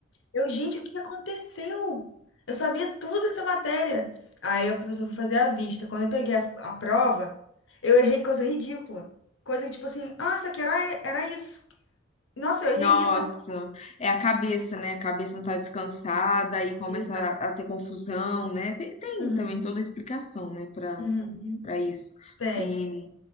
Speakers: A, on the left; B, on the left.
A: Eu, gente, o que aconteceu? Eu sabia tudo dessa matéria. Aí a professora foi fazer a vista. Quando eu peguei as- a, prova, eu errei coisa ridícula. Coisa que, tipo assim, ah, isso aqui era, era isso. Nossa, eu errei
B: Nossa,
A: isso na
B: é a cabeça, né? A cabeça não tá descansada e começa
A: pesquisa.
B: a, a ter confusão, né? Tem, tem
A: Uhum,
B: também toda a explicação, né, para
A: uhum. uhum.
B: para isso.
A: Tem.
B: E